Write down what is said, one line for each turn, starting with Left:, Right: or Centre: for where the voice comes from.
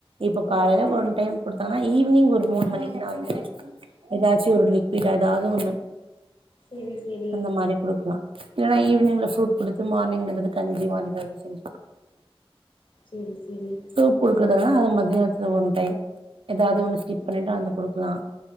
Right: இப்ப
Left: ஓ
Right: காலைல ஒன் டைம் குடுத்தானா ஈவ்னிங் ஒரு மூணு மணிக்கி நாலு மணிக்கி ஏதாச்சு ஒரு லிக்விட் ஏதாது ஒண்ணு
Left: செரி செரி
Right: அந்த மாரி குடுக் ஏனா ஈவினிங்ல ஃப்ரூட் குடுத்து மார்னிங்ல ஏதாது கஞ்சி மாதிரி அதாவ்து செஞ்சு
Left: செரி செரி
Right: சூப் குடுக்குறதா அத மத்தியானத்துல ஒன் டைம் ஏதாவ்து ஒன்னு ஸ்கிப் பண்ணிட்டா அந்த குடுக்கலா